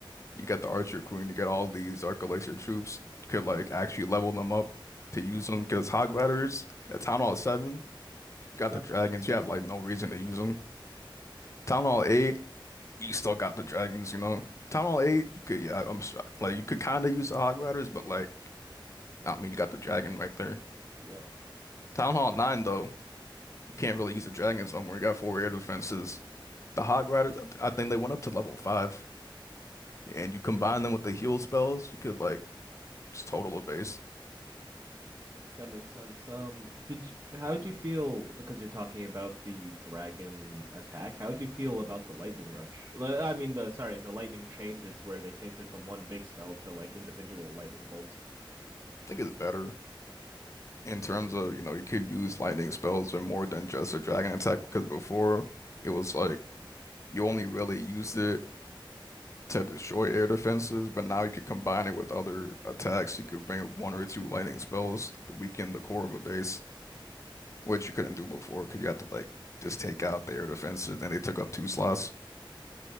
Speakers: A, on the left; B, on the right.
A: You got the Archer Queen, you get all these Dark Elixir troops. You could like actually level them up to use
B: hmm
A: them because Hog Riders at Town Hall 7 You got
B: Not
A: the dragons.
B: the best.
A: You have like no reason to use them. Town Hall 8, you still got the dragons, you know. Town Hall 8, you could yeah, I'm s- like you could kind of use the Hog Riders, but like I mean you got the dragon right there.
B: Yeah.
A: Town Hall 9 though, you can't really use the dragons no more. You got four air defenses. The Hog Riders, I, th I think they went up to level 5 and you combine them with the heal spells, you could like just total a base.
B: That makes sense. Um, did you, how'd you feel? Because you're talking about the dragon attack. How'd you feel about the lightning rush? Li- I mean, the sorry, the lightning changes where they changed it from one big spell to like individual lightning bolts.
A: I think it's better in terms of, you know, you could use lightning spells or more than just a dragon attack because before it was like you only really used it to destroy air defenses, but now you could combine it with other attacks. You could bring one or two lightning spells to weaken the core of a base, which you couldn't do before because you had to like just take out the air defenses. Then they took up two slots.